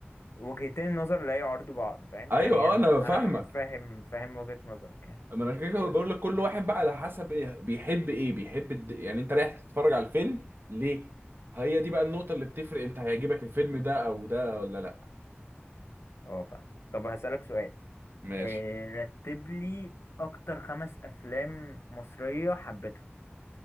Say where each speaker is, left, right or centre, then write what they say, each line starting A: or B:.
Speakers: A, on the left; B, on the right.
A: وجهتين النظر لا يعارضوا بعض فاهم
B: ايوه
A: يعني
B: اه
A: انا
B: انا فاهمك
A: انا فاهم فاهم وجهة نظرك يعني
B: ما انا عشان كده بقول لك كل واحد بقى على حسب ايه بيحب ايه بيحب الد... يعني انت رايح تتفرج على الفيلم ليه هي دي بقى النقطة اللي بتفرق انت هيعجبك الفيلم ده او ده ولا لا
A: اه فاهم طب هسألك سؤال
B: ماشي
A: إيه رتب لي اكتر خمس افلام مصرية حبيتهم